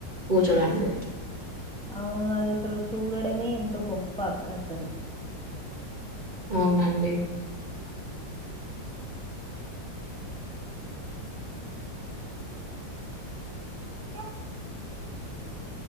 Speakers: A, on the right (about 30°); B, in the centre.
A: కూర్చోడానికి గూడ
B: అవును అది అసలు చూడడమే ఎంత గొప్ప అక్కడ అసలు
A: అవునండి క